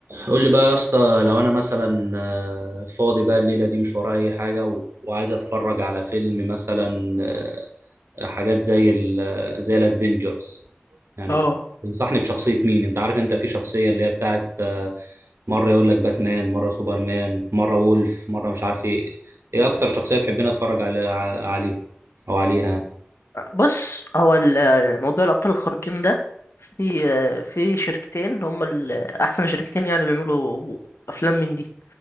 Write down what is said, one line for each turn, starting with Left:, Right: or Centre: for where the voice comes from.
Right: قول لي بقى يا اسطى لو انا مثلا آه، فاضي بقى الليله دي مش ورايا اي حاجه و- وعايز اتفرج على فيلم مثلا آه، حاجات زي ال آه، زي الادفنجرز يعني
Left: اه
Right: ت- تنصحني بشخصيه مين انت عارف انت في شخصيه اللي هي بتاعت آه، مره يقول لك باتمان مره سوبرمان مره وولف مره مش عارف ايه ايه اكتر شخصيه تحبين اتفرج على ع- عليه او عليها
Left: بص هو ال- موضوع الأبطال الخارقين ده في آه، في شركتين هم ال- أحسن شركتين يعني بيعملوا أفلام من دي